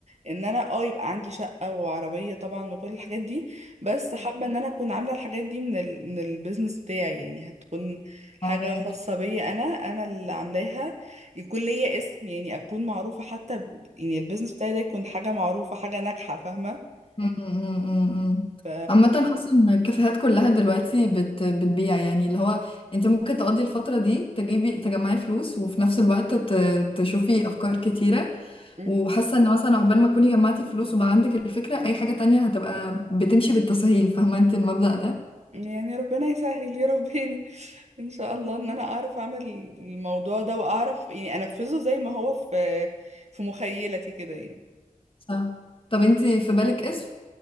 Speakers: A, on the right; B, on the left.
A: ان انا اه يبقى عندي شقة وعربية طبعا وكل الحاجات دي بس حابة ان انا اكون عاملة الحاجات دي من ال... من البيزنس بتاعي يعني هتكون حاجة
B: امم
A: خاصة بيا انا انا اللي عاملاها يكون ليا اسم يعني اكون معروفة حتى ب... يعني البيزنس بتاعي ده يكون حاجة معروفة حاجة ناجحة فاهمة
B: م- م- م- م.
A: ف
B: عامة حاسة ان الكافيهات كلها دلوقتي بت بتبيع يعني اللي هو انت ممكن تقضي الفترة دي تجيبي تجمعي فلوس وفي نفس الوقت ت- تشوفي افكار كتيرة
A: مم.
B: وحاسة ان مثلا عقبال ما تكوني جمعتي فلوس وبقى عندك الفكرة اي حاجة تانية هتبقى بتمشي بالتسهيل فاهمة انت المبدأ ده
A: يعني ربنا يسهل يا رباني <laughs> ان شاء الله ان انا اعرف اعمل الموضوع ده واعرف يعني انفذه زي ما هو في في مخيلتي كده يعني
B: صح طب انت في بالك اسم